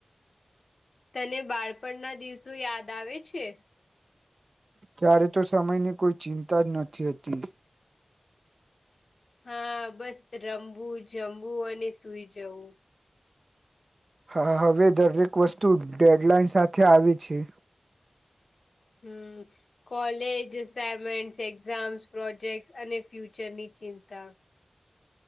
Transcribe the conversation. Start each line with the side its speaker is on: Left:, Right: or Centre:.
Left: તને બાળપણ ના દિવસો યાદ આવે છે.
Right: ત્યારે તો સમયની કોઈ ચિંતા જ નથી હોતી.
Left: હા બસ, રમવું, જમવું અને સુઈ જવું.
Right: હા હવે દરેક વસ્તુ ડેડલાઇન સાથે આવે છે.
Left: હમમ. કોલેજ, અસાઇમેન્ટ, એક્ઝામ્સ, પ્રોજેક્ટસ અને ફ્યુચરની ચિંતા.